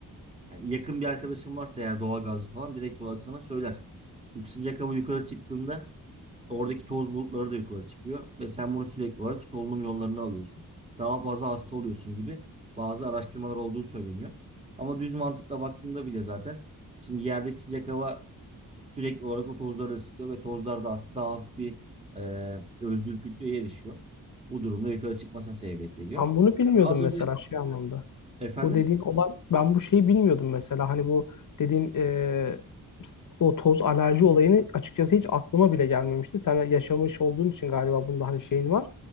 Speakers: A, on the right (about 20°); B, on the left (about 55°).
A: yani yakın bir arkadaşın varsa eğer doğalgazcı falan direkt olarak sana söyler. Çünkü sıcak hava yukarı çıktığında Oradaki toz bulutları da yukarı çıkıyor ve sen bunu sürekli olarak solunum yollarını alıyorsun. Daha fazla hasta oluyorsun gibi bazı araştırmalar olduğu söyleniyor. Ama düz mantıkla baktığında bile zaten şimdi yerdeki sıcak hava sürekli olarak o tozları ısıtıyor ve tozlar da aslında daha hafif bir e, özgül kütleye erişiyor. Bu durumda yukarı çıkmasına sebebiyet veriyor.
B: Ben bunu bilmiyordum
A: Az
B: mesela
A: önce
B: şey anlamda.
A: efendim
B: Bu dediğin olan ben bu şeyi bilmiyordum mesela hani bu dediğin e, o toz alerji olayını açıkçası hiç aklıma bile gelmemişti. Sen yaşamış olduğun için galiba bunda hani şeyin var.